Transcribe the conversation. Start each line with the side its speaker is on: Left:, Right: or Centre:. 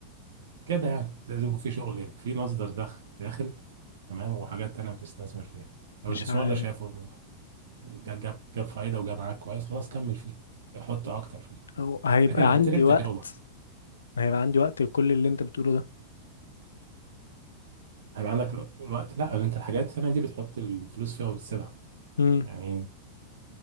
Right: كده يعني لازم يكون في شغل في مصدر دخل داخل تمام وحاجات تانية بتستثمر فيها لو
Left: مش
Right: الاستثمار
Left: عارف
Right: ده شايفه جاب جاب جاب فايده وجاب معاك كويس خلاص كمل فيه حط اكتر فيه
Left: أو هيبقى
Right: لكن ابتدي
Left: عندي
Right: بتجربه
Left: وقت هيبقى عندي وقت لكل اللي انت بتقوله ده
Right: هيبقى عندك الو- الوقت لا انت الحاجات الثانيه دي بتحط الفلوس فيها وبتسيبها
Left: مم.
Right: يعني ايه